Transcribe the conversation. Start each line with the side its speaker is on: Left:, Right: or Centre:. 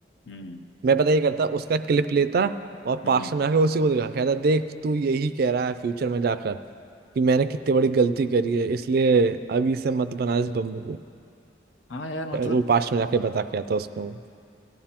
Left: हम्म
Right: मैं पता यही करता उसका क्लिप लेता और
Left: हम्म
Right: पास्ट में जाके उसी को दिखा कहता देख तू यही कह रहा है फ्यूचर में जाकर कि मैंने कितनी बड़ी गलती करी है इसलिए अभी से मत बना इस बम को
Left: हाँ यार मतलब
Right: वो पास्ट में जाके बता के आता उसको